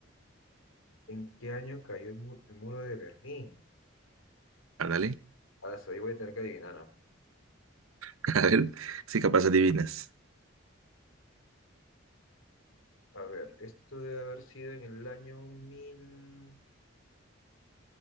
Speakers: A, on the left; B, on the right.
A: ¿En qué año cayó el, mu- el muro de Berlín?
B: Ándale.
A: Ah, eso ahí voy a tener que adivinar. ah.
B: <laughs> A ver, si capaz adivinas.
A: A ver, esto debe haber sido en el año mil...